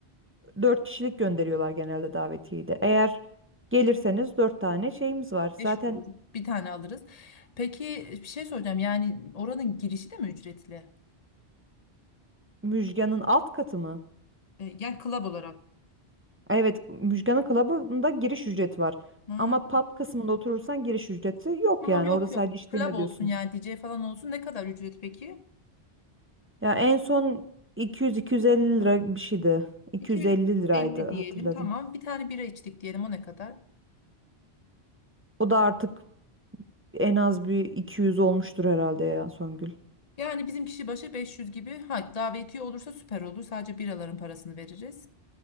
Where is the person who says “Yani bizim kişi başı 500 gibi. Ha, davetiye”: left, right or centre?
Left